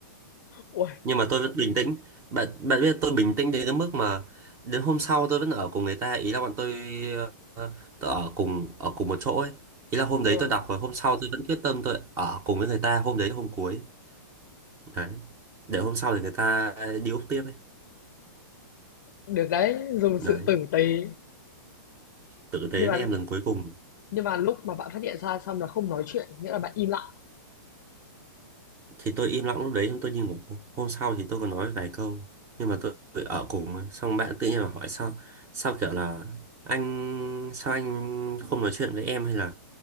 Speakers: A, on the left; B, on the right.
A: Ui,
B: nhưng mà tôi vẫn bình tĩnh bạn bạn biết tôi bình tĩnh đến cái mức mà đến hôm sau tôi vẫn ở cùng người ta ý là bọn tôi, ờ, tôi ở cùng ở cùng một chỗ ấy ý là hôm
A: ờ,
B: đấy tôi đọc rồi hôm sau tôi vẫn quyết tâm tôi ở cùng với người ta hôm đấy là hôm cuối đấy để hôm sau thì người ta đi úp tiếp ấy
A: được đấy, dùng sự
B: đấy
A: tử tế.
B: tử tế
A: Nhưng mà
B: với em lần cuối cùng
A: nhưng mà lúc mà bạn phát hiện ra xong là không nói chuyện, nghĩa là bạn im lặng
B: thì tôi im lặng lúc đấy xong tôi đi ngủ hôm sau thì tôi có nói vài câu nhưng mà tôi, tôi ở cùng ấy. xong bạn tự nhiên là hỏi sao sao kiểu là anh sao anh không nói chuyện với em hay là